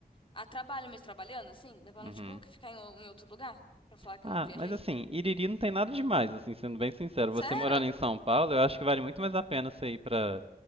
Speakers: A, on the left; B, on the right.
A: A trabalho mesmo, trabalhando, assim, levar notebook
B: uhum.
A: e ficar em, o- em outro lugar pra falar que
B: Ah,
A: eu viajei?
B: mas assim, Iriri não tem nada demais, assim, sendo bem sincero.
A: Sério?
B: Você morando em São Paulo, eu acho que vale muito mais a pena você ir pra